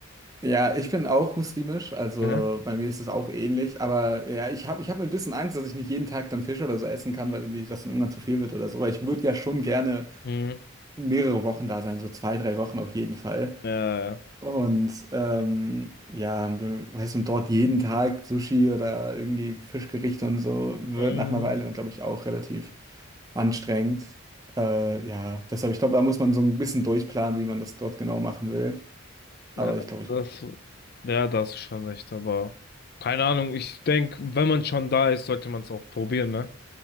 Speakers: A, on the right; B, on the left.
A: Ja, ich bin auch muslimisch, also
B: Aha.
A: bei mir ist es auch ähnlich, aber ja, ich habe ich hab ein bisschen Angst, dass ich nicht jeden Tag dann Fisch oder so essen kann, weil irgendwie das dann irgendwann zu viel wird oder so. Weil ich würde ja schon gerne
B: Mhm.
A: mehrere Wochen da sein, so zwei, drei Wochen auf jeden Fall.
B: Äh,
A: Und ähm, ja, weißt du, und dort jeden Tag Sushi oder irgendwie Fischgerichte und so wird
B: mh,
A: nach einer Weile dann, glaube ich, auch relativ anstrengend. Äh, ja, deshalb, ich glaube, da muss man so ein bisschen durchplanen, wie man das dort genau machen will.
B: ja,
A: Aber ich glaube,
B: das,
A: ich.
B: ja, da hast du schon recht, aber keine Ahnung, ich denke, wenn man schon da ist, sollte man es auch probieren, ne?